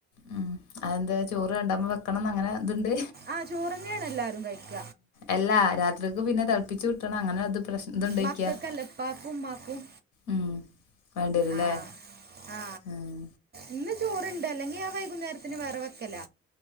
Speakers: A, on the left (about 80°); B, on the right (about 35°).
A: ഉം അതന്താ ചോറ് രണ്ടാമ വെക്കണംന്ന് അങ്ങനെ ഇത്ണ്ട്
B: ആഹ് ചോറന്നേണ് എല്ലാരും കഴിക്ക
A: അല്ല രാത്രിക്ക് പിന്നെ തളപ്പിച്ച് ഊറ്റണം അങ്ങന ഇത് പ്രശ് ഇത്ണ്ടൊയ്ക്ക
B: മക്കൾക്കല്ല ഉപ്പാക്കും ഉമ്മാക്കും
A: ഉം വാണ്ടി വരുല്ലേ
B: ആ ആ
A: ഉം
B: ഇന്ന് ചോർണ്ട് അല്ലെങ്കി ആ വൈകുന്നേരത്തിന് വേറ വെക്കല